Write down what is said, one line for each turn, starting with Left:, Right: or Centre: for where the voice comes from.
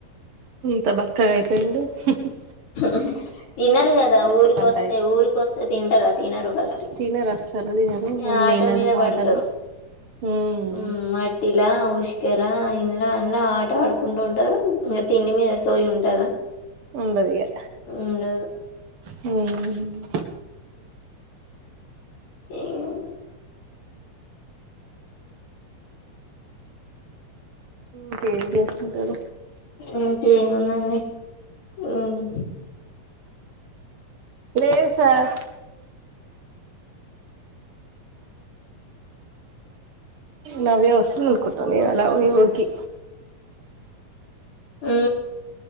Right: ఇంత బక్కగయి పోయిండు హుహు
Left: ఉహ్ తినరు కదా ఊరికొస్తే
Right: టైం
Left: ఊరికొస్తే తింటారా తినరు ఫస్టు
Right: తినరు అస్సలు తినరు
Left: య ఆట
Right: వినరు
Left: మీద
Right: మాటలు
Left: పడతరు
Right: మ్మ్
Left: హ్మ్ మట్టిలా ఒ చికెలా ఇంల అంల ఆట ఆడుకుండ ఉంటరు. ఇంగ తిండి మీద సోయి ఉంటదా.
Right: ఉండదిగా
Left: ఉండదు.
Right: హ్మ్
Left: ఇన్
Right: ఇంకేం చేస్తుంటరు?
Left: ఇంకేం ఎం అనాలి ఉమ్
Right: లే సార్ నవ్య వస్తుందనుకుంటున ఇయాల మీ ఊరికి
Left: ఊ